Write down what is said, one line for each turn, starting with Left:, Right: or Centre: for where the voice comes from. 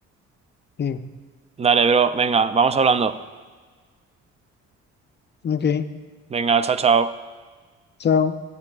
Left: Sí,
Right: Dale, bro, venga, vamos hablando.
Left: ok.
Right: Venga, chao, chao.
Left: Chao.